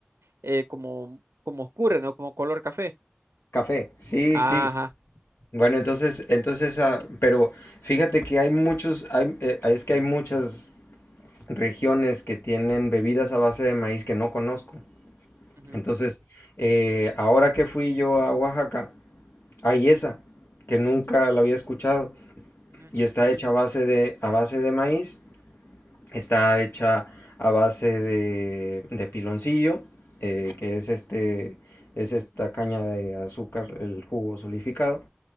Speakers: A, on the right; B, on the left.
A: eh, como, como oscura, ¿no? Como color café.
B: café. Sí,
A: Ajá.
B: sí. Bueno, entonces, entonces, ah, pero fíjate que hay muchos, hay, eh, es que hay muchas regiones que tienen bebidas a base de maíz que no conozco.
A: ujú,
B: Entonces, eh, ahora que fui yo a Oaxaca, hay esa que nunca la había escuchado
A: ujú.
B: y está hecha a base de, a base de maíz, está hecha a base de, de piloncillo, eh, que es este, es esta caña de azúcar, el jugo solidificado.